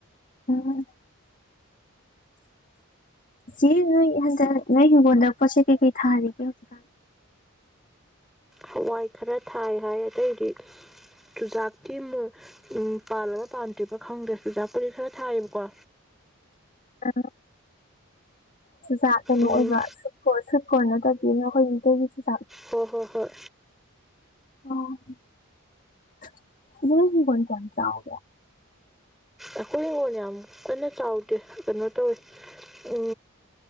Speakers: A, on the left; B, in the centre.
A: ꯎꯝ ꯏꯦ ꯅꯣꯏ ꯍꯟꯗꯛ ꯅꯣꯏ ꯍꯤꯡꯒꯣꯜꯗ ꯄꯣꯠ ꯆꯩ ꯀꯩꯀꯩ ꯊꯥꯔꯤꯒꯦ ꯍꯧꯖꯤꯛꯀꯥꯟ
B: ꯍꯋꯥꯏ ꯈꯔ ꯊꯥꯏ ꯍꯥꯏꯔ ꯑꯇꯩꯗꯤ ꯆꯨꯖꯥꯛꯇꯤ ꯃ ꯄꯥꯜꯂꯒ ꯄꯥꯟꯗ꯭ꯔꯤꯕ ꯈꯪꯗ꯭ꯔꯦ ꯆꯨꯖꯥꯛꯄꯨꯗꯤ ꯈꯔ ꯊꯥꯏꯌꯦꯕꯀꯣ
A: ꯑ ꯆꯨꯖꯥ ꯀꯩꯅꯣ
B: ꯎꯝ
A: ꯑꯣꯏꯕ ꯁꯨꯠꯣ ꯈꯔꯅ ꯇ ꯄꯅꯈꯣꯏ ꯏꯇꯤꯁꯤ ꯆ
B: ꯍꯣꯏ ꯍꯣꯏ ꯍꯣꯏ
A: ꯑ ꯆ ꯆ
B: ꯑꯩꯣꯏ ꯀꯣꯟꯣꯅꯤꯌꯥꯝ ꯀꯣꯏꯩꯅ ꯆꯥꯎꯗꯦ ꯀꯩꯅꯣ ꯇꯧꯋꯦ ꯎ